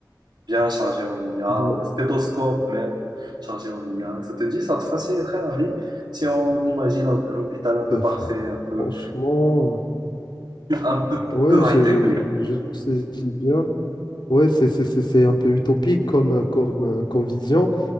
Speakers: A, on the right; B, on the left.
A: bien chargé en IA,
B: Ben,
A: un stéthoscope même chargé en IA. Ça te dit, ça te faciliterait la vie si on imagine un hôpital un peu
B: Bah,
A: parfait,
B: fran-
A: un peu,
B: franchement, euh,
A: un peu,
B: ouais,
A: peu
B: je,
A: high-tech,
B: je,
A: oui.
B: je- je saisis bien. Ouais, c'est c'est- c'est- c'est un peu utopique comme, euh, comme, euh, comme vision.